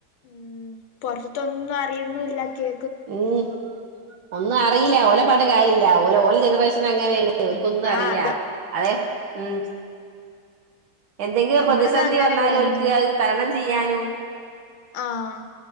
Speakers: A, on the left; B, on the right.
A: ഉം പൊർത്ത്‌ത്തൊന്നും അറിയുന്നുല്ല കേ
B: ഉം ഒന്നുഅറീല ഓല പർഞ്ഞിട്ടു കാര്യല്ല ഓലോൽ ജനറേഷനങ്ങനേണ് ഓൽകൊന്നും അറീലാ,
A: ആഹ് അത്
B: അതെ ഉം എന്തെങ്കി ഒരു
A: നമ്മളത്
B: പ്രതിസന്ധി
A: അങ്ങനെയല്ലായിരുന്നല്ലോ
B: വന്നാലോൽക്ക് അഹ് തരണം ചെയ്യാനും
A: ആഹ്